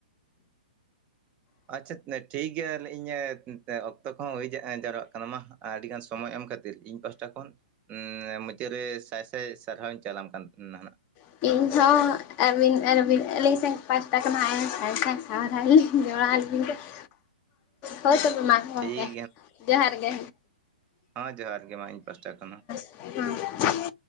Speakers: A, on the right; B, on the left.
A: ᱟᱪᱪᱷᱟ ᱴᱷᱤᱠ ᱜᱮᱭᱟ ᱤᱧ ᱚᱠᱛᱚ ᱠᱚᱦᱚᱸ ᱦᱩᱭ ᱡᱟᱣᱨᱟᱜ ᱠᱟᱱᱟ ᱢᱟ ᱟᱹᱰᱤ ᱜᱟᱱ ᱥᱚᱢᱚᱭ ᱮᱢ ᱠᱷᱟᱹᱛᱤᱨ ᱤᱧ ᱫᱚᱥᱴᱟ ᱠᱷᱚᱱ ᱢᱩᱪᱟᱹᱫ ᱨᱮ ᱥᱟᱭ ᱥᱟᱭ ᱥᱟᱨᱦᱟᱣᱤᱧ ᱪᱟᱞᱟᱢ ᱠᱟᱱᱟ
B: ᱤᱧ ᱦᱚᱸ <unintelligible> ᱟᱨ ᱟᱞᱤᱧ ᱡᱚᱦᱟᱨ ᱟᱞᱤᱧ ᱫᱚ ᱦᱳᱭ ᱛᱚᱵᱮ ᱢᱟ ᱜᱚᱝᱠᱮ
A: ᱴᱷᱤᱠ
B: ᱡᱚᱦᱟᱨ ᱜᱮ
A: ᱦᱮᱸ ᱡᱚᱦᱟᱨ ᱜᱮ ᱢᱟ ᱤᱧ ᱯᱟᱥᱴᱟ ᱠᱷᱚᱱ ᱦᱚᱸ
B: ᱦᱩᱸ